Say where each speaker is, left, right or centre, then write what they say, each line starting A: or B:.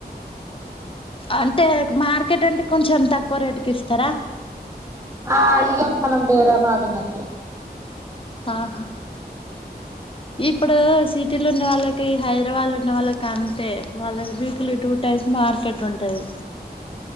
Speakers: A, on the left; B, on the right.
A: అంటే మార్కెట్ అంటే కొంచెం తక్కువ రేటు పిస్తరా
B: ఆ ఇగా మనం బేర మాడినట్టు
A: ఆహా ఇప్పుడు సిటీలో ఉన్న వాళ్ళ హైదరాబాద్ ఉన్న వాళ్ళకి అంతే వాళ్ళకి వీక్లీ టూ టైమ్స్ మార్కెట్ ఉంటది